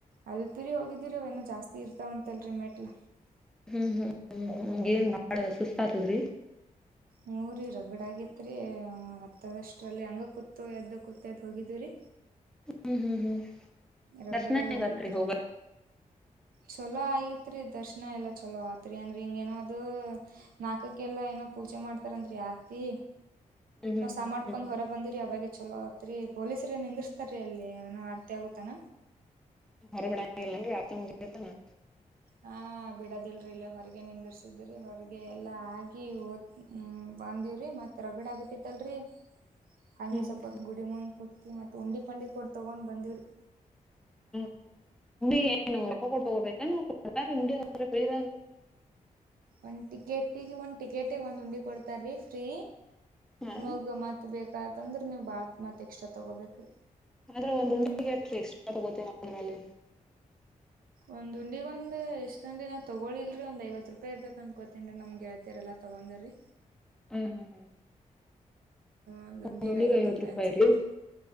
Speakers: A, on the right; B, in the centre.
A: ಅಲ್ಪುರಿ ಹೋಗಿದೀರಿ ಅವ ಏನ ಜಾಸ್ತಿ ಇರ್ತಾವ ಅಂತ ಅಲ್ರಿ ಮೆಟ್ಲ
B: ಹ್ಮ್ ಹ್ಮ್ ಹ್ಮ್ ಹ್ಮ್ ಏನ್ ಬಾಳ ಸುಸ್ತ ಆತದ್ರಿ
A: ಹ್ಮ್ ರೀ ರಗಡ್ ಆಗತ್ರಿ ಹತ್ತದಷ್ಟ್ರಲ್ಲಿ ಹಂಗ ಕೂತು ಎದ್ದ ಕೊತ್ತ ಹೋಗಿದ್ದರಿ
B: ಹ್ಮ್ ಹ್ಮ್ ಹ್ಮ್
A: ರಗಡ್
B: ದರ್ಶನ
A: ಹೋಗತ್ರಿ
B: ಆಗತ್ರಿ ಹೋಗ
A: ಚಲೋ ಆಯತ್ ಆತ್ರಿ ದರ್ಶನ ಎಲ್ಲ ಚಲೋ ಆತ್ರಿ ಅಂದ್ರಿ ಹಿಂಗೇಏನೋ ಅದು ನಾಲ್ಕ ಎಲ್ಲಾ ಏನೋ ಪೂಜೆ ಮಾಡ್ತಾರಂದ್ರೀ ಆರ್ತಿ
B: ಹ್ಮ್ ಹ್ಮ್
A: ನ ಸ
B: ಹ್ಮ್
A: ಮಾಡ್ಕೊಂಡ್
B: ಹ್ಮ್
A: ಹೊರ ಬಂದಿರಿ ಅವಾಗ ಚಲೋ ಅತ್ರಿ ಪೊಲೀಸ್ರ ನಿಂದಿಸ್ತಾರೀ ಅಲ್ಲಿ ಏನ ಆರ್ತಿ ಆಗುತ್ತಾನ
B: ಹೊರಗಡೆ ಇಲ್ಲನ್ರಿ ಆರ್ತಿ ಮುಗತ ನಾ
A: ಹಾ ಬಿಡದಿಲ್ರಿ ಇಲ್ಲ ಹೊರಗೆ ನಿಂತಿರ್ಸಿದ್ರಿ ಹೊರಗೆ ಎಲ್ಲಾ ಆಗಿ ಹ್ಮ್ ಬಂದಿವ್ರಿ ಮತ್ತೆ ರಗಡ ಆಗ್ ಬಿಟ್ಟಿತ್ತಲ್ರಿ ಹಂಗೆ
B: ಹ್ಮ್ ಹ್ಮ್
A: ಸೊಪತ್ತು ಗುಡಿ ಮುಂದ ಕುೂಡ್ತಿವಿ ಮತ್ತು ಉಂಡಿ ಪಂಡಿಗೆ ಕೊಡು ತಗೊಂಡ್ ಬಂದೀವ್ರಿ
B: ಹ್ಮ್ ಹುಂಡಿ ಏನು ರೊಕ್ಕ ಕೊಟ್ಟು ತಗೋಬೇಕೆನು ಕೊಡ್ತ ಹುಂಡಿ ಅವ್ರಬಳಿದಾಗ
A: ಒಂದ್ ಟಿಕೆಟಿಗೆ ಒಂದ್ ಟಿಕೆಟ್ ಒಂದ್ ಉಂಡಿ ಒಂದು ಕೊಡ್ತಾರೀ ಫ್ರೀ
B: ಹಾ
A: ನೋಗ್ ಮತ್ ಬೇಕಾತ್ಂದ್ರ ನೀವ್ ಬಾಳತ್ ಮತ್ ಎಕ್ಸ್ಟ್ರಾ ತಗೋಬೇಕ್ರಿ
B: ಆದ್ರೆ ಒಂದು ಉಂಡಿಗೆ <unintelligible> ಎೀ ಎಕ್ಸ್ಟ್ರಾ ತಗೋತ ಅಂದ್ರ ಅಲ್ಲಿ
A: ಒಂದ್ ಉಂಡಿಗೊಂದು ಎಷ್ಟನ್ರಿ ನಾ ತಗೊಳಿಲ್ರಿ ಒಂದ್ ಐವತ್ತು ಹತ್ರುಪಾಯಿ ಇರ್ಬೇಕಕ್ ಅನ್ಕೋತನ್ ನಮ್ ಗೆಳತಿರಲ್ಲ ತಗೊಂಡಂದ್ರಿ
B: ಹ್ಮ್ ಹ್ಮ್ ಹ್ಮ್ ಹ್ಮ್
A: ಒಂದ್
B: ಒಂದು್
A: ಉಂಡಿಗ್
B: ಉ್ಣಿಗೆ ಐವತ್ ರೂಪಾಯಿ
A: ಅನ್ಸ್ತೈತ್ರಿ
B: ರೀ